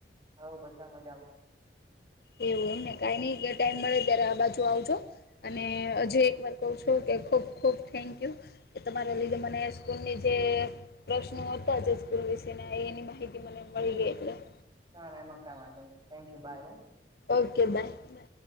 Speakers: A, on the right (about 25°); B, on the left (about 60°).
A: હઉ બધા મજામાં.
B: એવું એમ ને કઈ નઈ ટાઈમ મળે ત્યારે આ બાજુ આવજો. અને હજી એક વાર કહું છું કે ખૂબ ખૂબ થેન્ક યુ. એ તમારે લીધે મને સ્કૂલની જે. પ્રશ્નો હતા જજકુલ વિશે એની માહિતી મને મળી ગઈ એટલે.
A: ના ના એમાં કઈ વાંધો નહી થેન્ક યુ બાય હું.
B: Okay bye. બાય